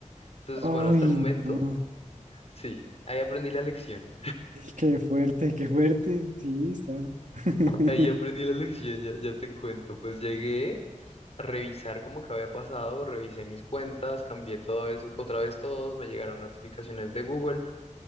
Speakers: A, on the left; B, on the right.
A: Entonces, bueno,
B: Ay,
A: hasta el momento
B: no.
A: Sí, ahí aprendí la lección.
B: Qué fuerte, qué fuerte. Sí, está. <laughs>
A: Ahí aprendí la lección, ya, ya te cuento. Pues llegué a revisar como que había pasado, revisé mis cuentas, cambié todo eso, otra vez todos, me llegaron notificaciones de Google.